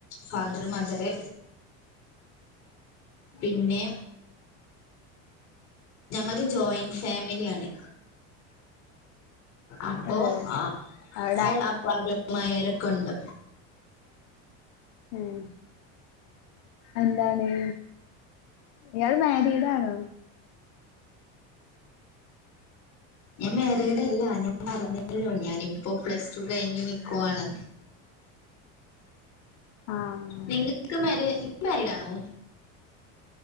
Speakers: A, on the left; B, on the left.
A: ഫാദറ് മദറ് പിന്നെ ഞങ്ങത് ജോയിന്റ് ഫാമില്യാണ് അപ്പോ
B: ഓഹ്
A: ആഹ്
B: അവിടെ
A: ഏഹ് അവിര് അമ്മായ്യാരൊക്കുണ്ട്
B: ഏഹ് എന്താണ്? ഇയാള് മാരീഡാണോ?
A: ഞാൻ മേരീഡല്ല ഞാൻ പറഞ്ഞല്ലോ ഞാനിപ്പോ പ്ലസ് ടു കഴിഞ്ഞു നിക്കുവാണ്.
B: ആഹ്
A: നിങ്ങ്‌ക്ക് മാരി നിങ്ങള് മാരീഡ് ആണോ?